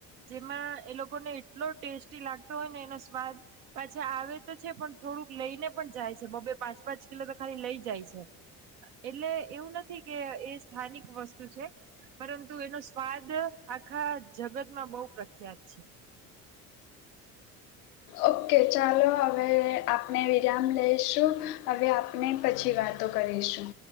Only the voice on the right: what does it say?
જેમાં એ લોકોને એટલો ટેસ્ટી લાગતો હોય ને એનો સ્વાદ પાછા આવે તો છે પણ થોડુંક લઈને પણ જાય છે બબે પાંચ પાંચ કિલો તો ખાલી લઈ જાય છે એટલે એવું નથી કે એ સ્થાનિક વસ્તુ છે પરંતુ એનો સ્વાદ આખા જગતમાં બહુ પ્રખ્યાત છે